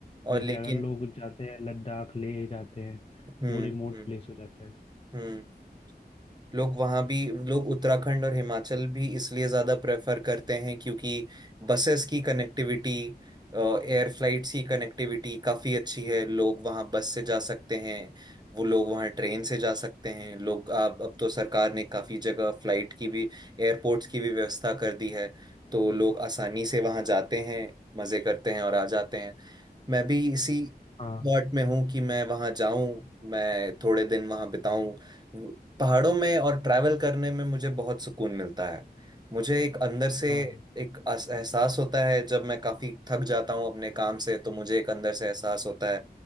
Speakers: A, on the right; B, on the left.
A: और
B: जैसे
A: लेकिन
B: अगर लोग जाते हैं लद्दाख ले जाते हैं
A: हम्म
B: वो रिमोट
A: हम्म
B: प्लेस हो जाता है
A: हम्म लोग वहाँ भी लोग उत्तराखंड और हिमाचल भी इसलिए ज़्यादा प्रेफर करते हैं क्योंकि बसेस की कनेक्टिविटी एयर फ्लाइट्स की कनेक्टिविटी काफ़ी अच्छी है लोग वहाँ बस से जा सकते हैं वो लोग वहाँ ट्रेन से जा सकते हैं लोग अब अब तो सरकार ने काफ़ी जगह फ्लाइट की भी एयरपोर्ट्स की भी व्यवस्था कर दी है तो लोग आसानी से वहाँ जाते हैं मज़े करते हैं और आ जाते हैं मैं भी इसी
B: हाँ
A: थॉट में हूँ कि मैं वहाँ जाऊं मैं थोड़े दिन वहाँ बिताऊं वो- पहाड़ों में और ट्रैवल करने में मुझे बहुत सुकून मिलता है मुझे एक अंदर से
B: हाँ
A: एक अस- एहसास होता है जब मैं काफी थक जाता हूँ अपने काम से तो मुझे एक अंदर से एहसास होता है